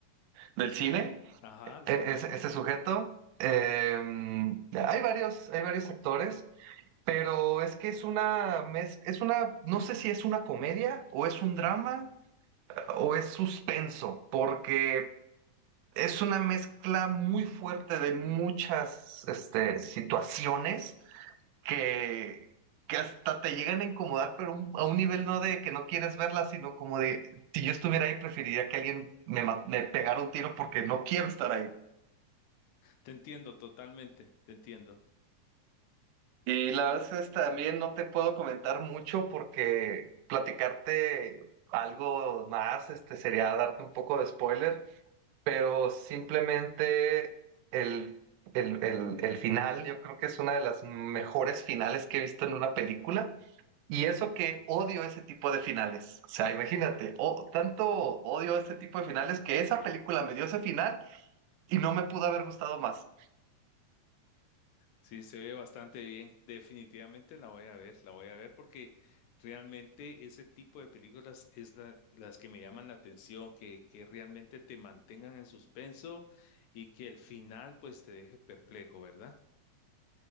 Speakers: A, on the right; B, on the left.
A: del
B: Sí,
A: cine,
B: sí. Ajá,
A: e-
B: lo
A: ese,
B: conozco.
A: ese sujeto. Em, hay varios, hay varios actores, pero es que es una, mez- es una, no sé si es una comedia o es un drama o es suspenso, porque es una mezcla muy fuerte de muchas, este, situaciones que, que hasta te llegan a incomodar, pero un- a un nivel no de que no quieres verla, sino como de, si yo estuviera ahí, preferiría que alguien me, ma- me pegara un tiro porque no quiero estar ahí.
B: Te entiendo totalmente, te entiendo.
A: Y la verdad es que también no te puedo comentar mucho porque platicarte algo más, este, sería darte un poco de spoiler, pero simplemente el, el, el, el final, yo creo que es una de las mejores finales que he visto en una película. Y eso que odio ese tipo de finales. O sea, imagínate, o, tanto odio este tipo de finales que esa película me dio ese final y no me pudo haber gustado más.
B: Sí, se ve bastante bien. Definitivamente la voy a ver, la voy a ver porque realmente ese tipo de películas es la- las que me llaman la atención, que, que realmente te mantengan en suspenso y que el final pues te deje perplejo, ¿verdad?